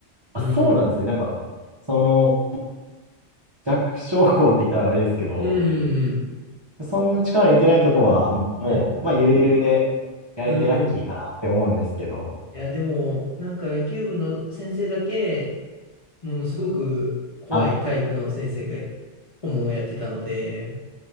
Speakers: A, on the left (about 30°); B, on the right (about 25°).
A: うん。
B: あ、そうなんですね。なんか、その、弱小校って言ったらあれですけど、
A: うんうんうん。
B: そんな力入れてないとこは、も
A: はい。
B: う、まあ、ゆるゆるでやれてラッキーかなって思うんですけど、
A: うん。いや、でも、なんか野球部の先生だけ、ものすごく怖い体育の先生が
B: あ、
A: 顧問をやってたので、